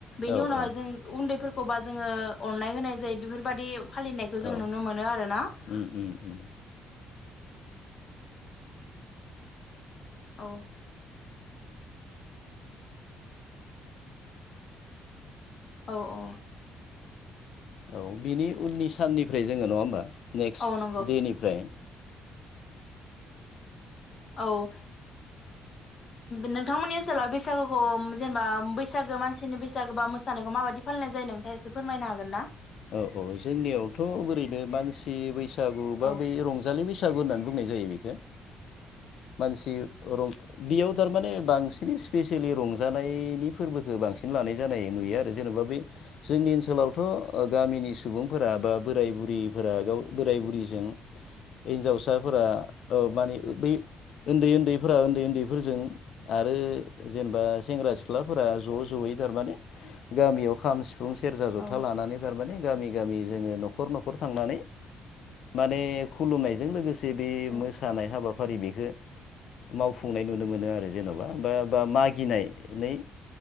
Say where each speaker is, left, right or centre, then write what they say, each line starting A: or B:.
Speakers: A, on the left; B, on the left.
A: बेनि
B: औ
A: उनावहाय
B: औ
A: जों। उन्दैफोरखौबा जोङो अननाय होनाय जायो बेफोरबायदि। फालिनायखौ जों
B: औ
A: नुनो मोनो आरोना।
B: उम उम उम
A: औ औ औ
B: औ बिनि उननि साननिफ्राय जोङो नङा होमबा नेक्स्ट
A: औ नंगौ
B: देनिफ्राय।
A: औ नोंथांमोननि ओनसोलाव बैसागुखौ जेनेबा बैसागो मानसिनि बैसागो बा मो मोसानायखौ माबायदि फालिनाय जायो नोंथाङा इसे फोरमायनो हागोनना
B: औ औ जोंनियावथ' ओरैनो मानसि बैसागु
A: औ
B: बा बै रंजा रंजालि बैसागु होननानै बुंनाय जायो बेखौ। मानसि बेयाव थारमाने बांसिन स्पेसियेलि रंजानायनि। फोरबोखौ बांसिन लानाय जानाय नुयो आरो जेन'बा बे। जोंनि ओनसोलावथ' गामिनि सुबुंफोरा बा बोराय बुरिफोरा गाव बोराय बुरैजों। हिनजावसाफोरा माने बै उन्दै उन्दैफोरा उन्दै उन्दैफोरजों। आरो जेनेबा सेंग्रा सिख्लाफोरा ज' ज'यै थारमाने गामियाव खाम सिफुं फुं सेरजा जथा
A: औ
B: लानानै थारमाने गामि गामि जोङो न'खर न'खर थांनानै माने खुलुमनायजों लोगोसे जे बे
A: औ
B: मोसानाय हाबाफारि बेखौ मावफुंनाय नुनो मोनो आरो जेन'बा बा बा मागिनानै